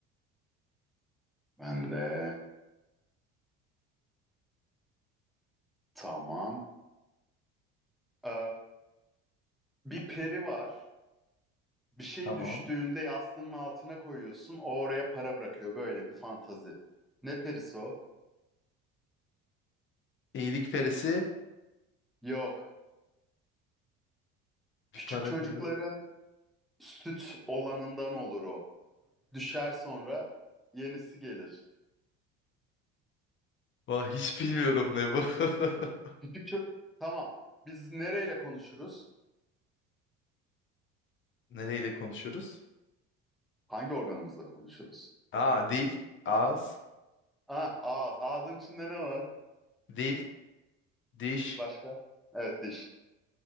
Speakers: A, in the centre; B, on the left.
A: Ben de tamam. Ee, bir peri var. Bir şey
B: Tamam.
A: düştüğünde yastığının altına koyuyorsun. O oraya para bırakıyor. Böyle bir fantazi. Ne perisi o?
B: İyilikperisi
A: Yok. Küçük
B: bir para
A: çocukların
B: koyuyorum.
A: süt olanından olur o. Düşer sonra yenisi gelir.
B: Vah hiç bilmiyorum ne bu. <laughs>
A: Küçük ço- Tamam. Biz nereyle konuşuruz?
B: Nereyle konuşuyoruz?
A: Hangi organımızla konuşuruz?
B: Aa dil, ağız,
A: Ah, ağız. Ağzın içinde ne var?
B: dil, diş,
A: Başka? Evet, diş.